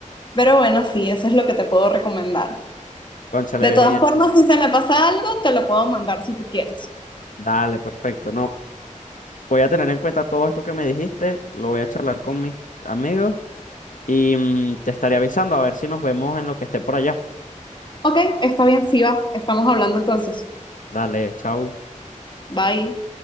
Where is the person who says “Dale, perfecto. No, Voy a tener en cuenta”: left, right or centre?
Left